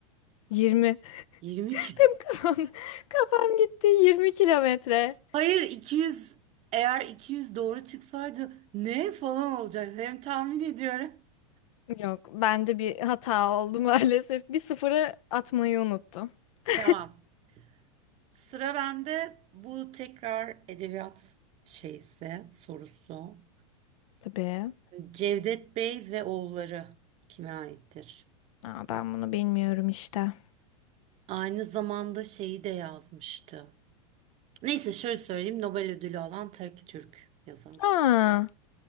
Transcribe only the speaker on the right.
20 ki.
Hayır 200 eğer 200 doğru çıksaydı ne falan olacak hem tahmin ediyorum.
Tamam. Sıra bende bu tekrar edebiyat şeyse sorusu.
Cevdet Bey ve oğulları kime aittir?
Aynı zamanda şeyi de yazmıştı. Neyse şöyle söyleyeyim Nobel ödülü alan tek Türk yazar.